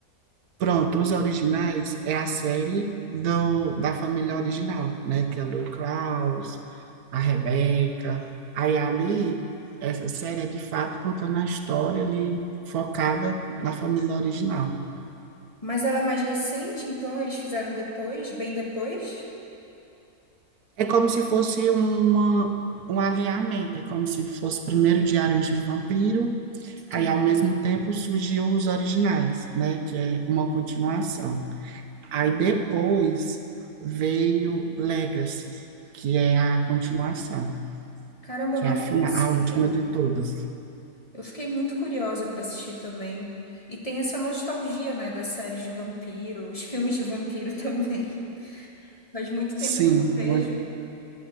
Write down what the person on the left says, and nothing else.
Mas ela é mais recente, então eles fizeram depois, bem depois?
Sim.
Caramba,
eu não
conhecia.
Eu fiquei muito curiosa para assistir também. E tem essa nostalgia, né, das séries de vampiro, os filmes de vampiro <laughs> também. Faz muito
tempo que eu não vejo.